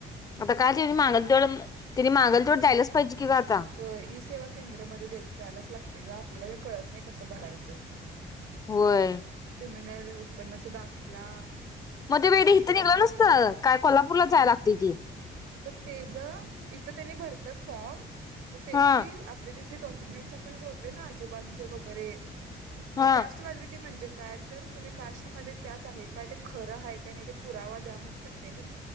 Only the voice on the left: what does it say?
आता काय त मागलतेवड तनी मागलतेवड द्यायलाच पाहिजे की ग आता
होय
मग ते वेळे
इथं
निेलं नसत काय कोल्हापूरला जाय लागते ती
हा
हा